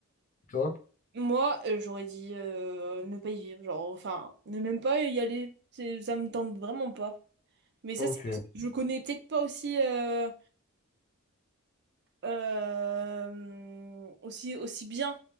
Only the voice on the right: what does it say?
Moi, euh, j'aurais dit euh, ne pas y vivre, genre, enfin, ne même pas y aller, c'est- ça me tente vraiment pas. Mais ça,
c'est parce
que je connais peut-être pas aussi, euh, euh, aussi, aussi bien